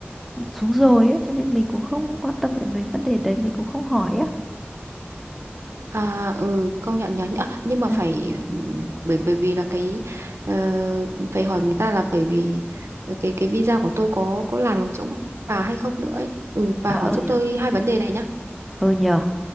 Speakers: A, in the centre; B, on the right.
A: xuống rồi ấy, cho nên mình cũng không quan tâm đến mấy vấn đề đấy, mình cũng không hỏi á.
B: À ừ công nhận nhắn à, nhưng mà phải
A: À,
B: ừm, bởi bởi vì là cái ờ, phải hỏi người ta là bởi vì ờ, cái cái visa của tôi có có làm bằng chỗ bà hay không nữa ấy. Ừ bà
A: à
B: hỏi
A: ờ
B: giúp
A: nhờ.
B: tôi hai vấn đề này nhá.
A: Ờ nhờ.